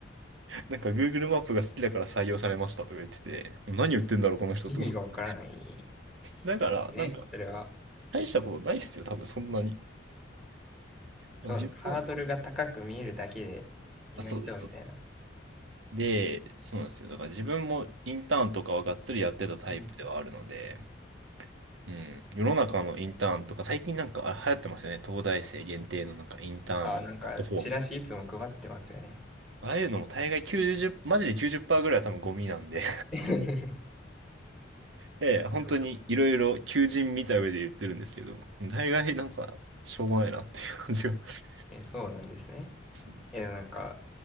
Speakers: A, on the right (about 70°); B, in the centre.
A: なんか Google マップが好きだから採用されましたとか言ってて、何言ってんだろう、この人と思って。
B: 意味がわからない
A: だから、
B: ですね。
A: なんか、
B: それは。
A: 大したことないっすよ、
B: そ
A: 多分そんなに。まあ、
B: そう、
A: 自分も、
B: ハードルが高く見えるだけで、
A: あ、
B: 意外とみたいな。
A: そうです、そうです。で、そうなんですよ。だから自分もインターンとかはがっつりやってたタイプではあるので、
B: うん。
A: うん。世の中のインターンとか、最近なんかあ流行ってますよね。東大生限定のなんかインターンのプラットフォームとか。
B: ああ、なんか、チラシいつも配ってますよね。
A: ああいうのも大概90、マジで90%ぐらいは多分ゴミなんで
B: <laughs> で
A: <laughs> いやいや <laughs>、本当にいろいろ求人見た上で言ってるんですけど、
B: も
A: 大概なんかしょうがないなっていう感じがし
B: え、そうなんですね。
A: ますね。
B: え、でもなんか、